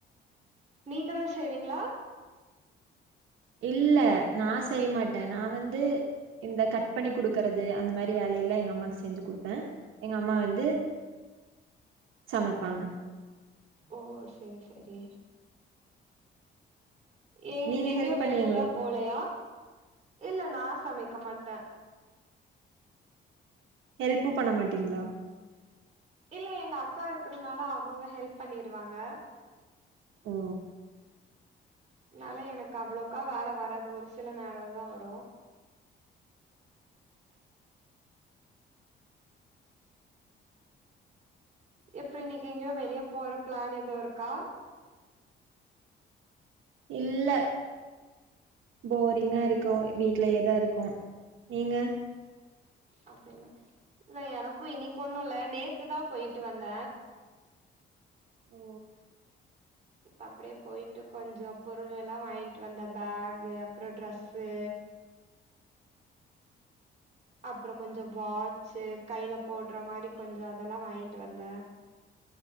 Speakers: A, on the right (about 35°); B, on the right (about 80°).
A: நீங்களு செய்வீங்களா
B: இல்ல நா செய்ய மாட்டே நா வந்து இந்த கட் பண்ணி குடுக்குறது அந்த மாரி வேலையெல்லா எங் கம்மாக்கு செஞ்சு குடுப்பே எங்கம்மா வந்து சமைப்பாங்க
A: ஓ செரி செரி இன்னிக்கு
B: நீங்க
A: எங்கேயு
B: ஹெல்ப்
A: வெளியெல்லா
B: பண்ணுவீங்களா
A: போலையா இல்ல நா சமைக்க மாட்ட
B: ஹெல்ப்பு பண்ண மாட்டீங்க்ளா
A: இல்ல எங்க அக்கா இருக்கறனால அவங்க ஹெல்ப் பண்ணிடுவாங்க
B: ஓ
A: அதனால எனக்கு அவ்ளவுக்கா வேல வராது ஒரு சில நேரோ தா வரு எப்டி இன்னைக்கு எங்கேயோ வெளியே போற பிளான் எதோ இருக்கா
B: இல்ல போரிங்கா இருக்கு வீட்லயேதா இருக்கு நீங்க
A: அப்டிங்ளா இல்ல எனக்கு இன்னிக்கு ஒன்னு இல்ல நேத்துதா போயிட்டு வந்த
B: ஓ
A: அப்டியே போயிட்டு கொஞ்சோ பொருள் எல்லா வாய்ன்டு வந்த பேக்கு அப்றோ ட்ரெஸ்ஸு அப்றோ கொஞ்சோ வாட்ச்சு கைல போடுற மாரி கொஞ்சோ அதெல்லா வாய்ன்டு வந்த